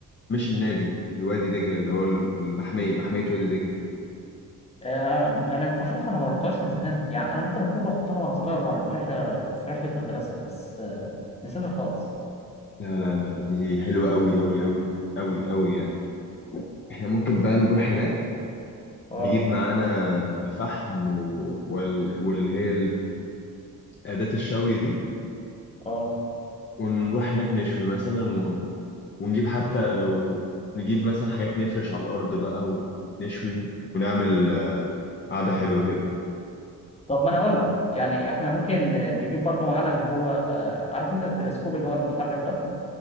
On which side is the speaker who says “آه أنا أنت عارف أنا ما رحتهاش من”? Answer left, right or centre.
Left